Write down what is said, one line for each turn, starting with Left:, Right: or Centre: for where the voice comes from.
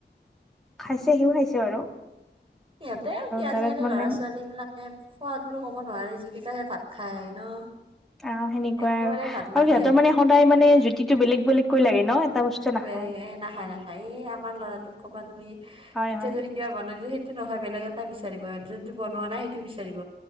Centre: খাইছে সিও খাইছে বাৰু।
Right: সিহঁতে আৰু কি আজিকালি
Centre: দাইলত মানে
Right: ল'ৰা ছোৱালী বিলাকে খোৱা বুলি ক'ব নোৱাৰি যিকেইটাহে ভাত খায়। ন
Centre: অ সেনেকুৱাই
Right: একেবাৰে
Centre: আৰু
Right: ভাত নাখায়
Centre: সিহঁতৰ মানে সদায় মানে জুতিটো বেলেগ বেলেগকৈ লাগে ন বস্তু নাখায়
Right: বে এ নাখায় নাখায় এই আমাৰ লৰাটোক ক'বা তুমি
Centre: হয়
Right: এতিয়া
Centre: হয়
Right: যদি কিবা বনাই সেইটো নহ, বেলেগ এটা বিচাৰিব যোনটো বনোৱা নাই সেইটো বিচাৰিব।